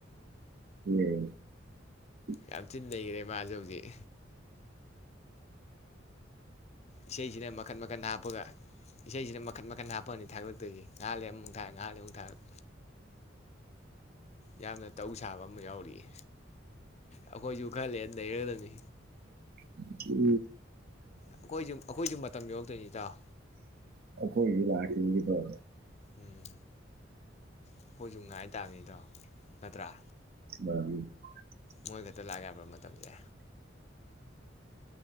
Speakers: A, on the right (about 55°); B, on the left (about 35°).
A: <unintelligible>
B: ꯌꯥꯝ ꯊꯤ ꯅꯩꯒꯔꯦ ꯃꯥꯖꯦ ꯍꯧꯖꯤꯛ꯫ ꯏꯁꯩꯁꯤꯅ ꯃꯈꯟ ꯃꯈꯟ ꯍꯥꯞꯄꯒ ꯏꯁꯩꯁꯤꯅ ꯃꯈꯟ ꯃꯈꯟ ꯍꯥꯞꯄꯑꯅꯤ <unintelligible> ꯉꯍꯥꯛꯂꯩꯔ ꯑꯃꯨꯛ ꯊꯥ ꯉꯍꯥꯛꯂꯩꯔ ꯑꯃꯨꯛ ꯊꯥꯒꯠ꯫ ꯌꯥꯝꯅ ꯇꯧ ꯁꯥꯕ ꯑꯃ ꯌꯥꯎꯔꯤꯌꯦ꯫ ꯑꯩꯈꯣꯏꯁꯨ ꯈꯔꯂꯩꯔ ꯅꯩꯔꯗꯕꯅꯤ꯫
A: ꯎꯝ꯫ <unintelligible>
B: ꯑꯩꯈꯣꯏꯁꯨ ꯑꯩꯈꯣꯏꯁꯨ ꯃꯇꯝ ꯌꯧꯔꯛꯇꯣꯏꯅꯤ ꯏꯇꯥꯎ
A: ꯑꯩꯈꯣꯏꯒꯤꯁꯨ ꯂꯥꯛꯈꯤꯅꯤ ꯀꯩꯗꯧꯔꯒꯦ꯫
B: ꯎꯝ ꯑꯩꯈꯣꯏꯁꯨ ꯉꯥꯏ ꯇꯥꯕꯃꯤ ꯏꯇꯥꯎ ꯅꯠꯇ꯭ꯔꯥ꯫
A: <unintelligible>
B: ꯃꯣꯏ ꯈꯛꯇ ꯂꯥꯛ ꯌꯥꯕ꯭ꯔ ꯃꯇꯝꯖꯦ꯫